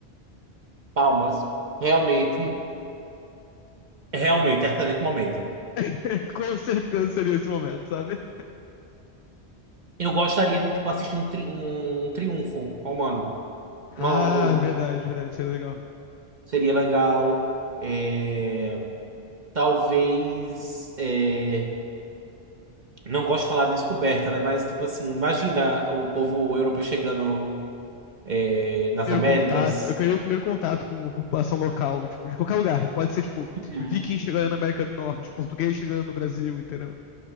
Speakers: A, on the right; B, on the left.
A: Palmas. Realmente, realmente, é excelente momento.
B: <laughs> Com certeza seria esse momento, sabe?
A: Eu gostaria de, tipo, assistir um, tri- um, um triunfo romano.
B: Ah,
A: Uma, ou-
B: verdade, verdade, seria legal.
A: seria legal. é, talvez. é, não gosto de falar de descoberta, né? Mas, tipo assim, imagina o povo europeu chegando, é, nas
B: Primeiro
A: Américas.
B: contato. Eu queria o primeiro contato com a população local, tipo, de qualquer lugar. Pode ser, tipo,
A: Uhum.
B: viking chegando na América do Norte, português chegando no Brasil, entendeu?